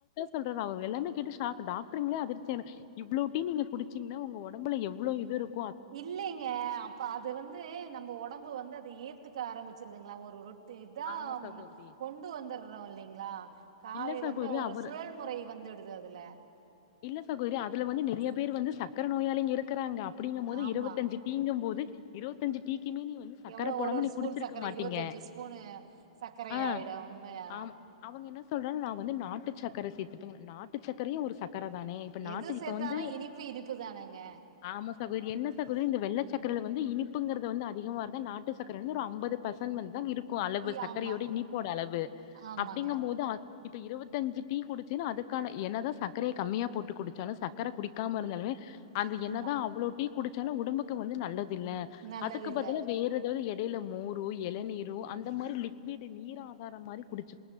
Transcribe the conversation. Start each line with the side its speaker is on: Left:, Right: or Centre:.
Left: சொல்றாரு அவரு எல்லாமே கேட்டு ஷாக் டாக் ட்ருங்களே அதிர்ச்சி ஆன இவ்ளோ டீ நீங்க குடிச்சிங்ன்னா ஒங்க ஒடம்புல எவ் வ்ளோ இது இருக்
Right: இல்லைங்க அப்ப அது வந்து நம்ம ஒடம்பு வந்து அத ஏத்து க ஆரம்பிச்சிருதுங்களா ஒரு ரொட் டிதா
Left: ஆமா
Right: அவன
Left: சகோதரி
Right: கொண்டு வந்தடுறோ இல்லைங்ளா காலையில
Left: இல்ல சகோதரி
Right: இருந்து ஒரு
Left: அவரு
Right: சுழல் முறை வந்துடுது அதுல
Left: இல்ல சகோதரி அதுல வந்து நெறய பேர் வந்து சக்கர நோயாலிங்க இருக் இருக்கறாங்க அப்படிங்கபோது
Right: ஆமா
Left: இருபத்தஅஞ்சு டிங்கும் போது இருவத்தஞ்சு டிக்கி கிமேனி வந்து சக்கர
Right: எவ்ளோ
Left: போடாம
Right: ஒரு ஒரு
Left: நீ
Right: ஸ்பூன்
Left: குடிச்சிருக்க
Right: சக்கர
Left: மாட்டீங்க
Right: இருவத்தஞ்சு ஸ்பூனு சக்கரை
Left: ஆஹ்
Right: ஆயிடு உண்மையாதா
Left: அம அவங்க என்ன சொல்ற நான் வந்து நாட்டு ட்டு சக்கரை சேர்த்துப்பீங்க நாட்டு சக்கரையும் ஒரு சக்க கரதானே இப்ப நாட்டு
Right: எது சேத்தாலு
Left: இப்ப வந்து
Right: இனிப்பு இனிப்பு தானங்க
Left: ஆமா சகோ என்ன சகோதரி இந்த வெள்ள சக்கரல வந்து இனிப்புங்கிறது வந்து அதிகமாக வருது நாட்டு சக்கர வந்து ஒரு ஐம்பது பர்சன் <unintelligible> தான் இருக்கும் அளவு
Right: இ
Left: சர்க்கரையோட
Right: ஆமா
Left: இனிப்போட அளவு
Right: ஆமாங்க
Left: அப்படிங்கம் போது இப்ப இருபத்த அஞ்சு டீ குடிச்சுன்னா அதுக்கான எனதான் சக் சக்கரைய கம்மியா போட்டு குடிச்சாலும் சர்க்கரை குடிக்காம இருந்தாலுமே அந்த என்னதான்
Right: ஆமா
Left: அவ்ளோட்டி குடிச்சாலும் உடம்புக்கு வந்து நல்லது தில்ல
Right: நல்லது
Left: அதுக்கு
Right: இல்ல
Left: பதில வேற <unintelligible> டேல மோரு இளநீரு அந்த மாதிரி லிக்டு நீர் ஆகாரம் மாதிரி குடிச்ச